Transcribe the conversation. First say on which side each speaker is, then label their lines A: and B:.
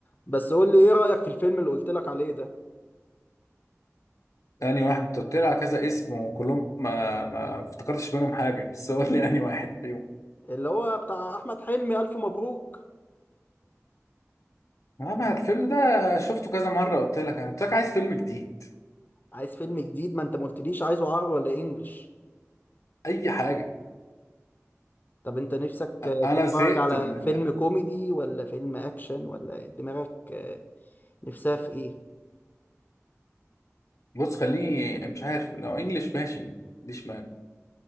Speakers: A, on the left; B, on the left.
A: بس قول لي ايه رأيك في الفيلم اللي قلت لك عليه ده
B: يعني واحد انت قلت لي على كذا اسم وكلهم ما ما افتكرتش منهم حاجه بس قول لي يعني واحد فيهم
A: اللي هو بتاع احمد حلمي الف مبروك
B: اما الفيلم ده شفته كذا مره قلت لك انا قلت لك عايز فيلم جديد
A: عايز فيلم جديد ما انت ما قلتليش عايزه عربي ولا انجليش
B: اي حاجه
A: طب انت نفسك آه،
B: انا
A: تتفرج
B: زهقت
A: على
B: من
A: فيلم
B: ال...
A: كوميدي ولا فيلم اكشن ولا دماغك آه، نفسها في ايه
B: بص خليني مش عارف لو انجليش ماشي ما عنديش مانع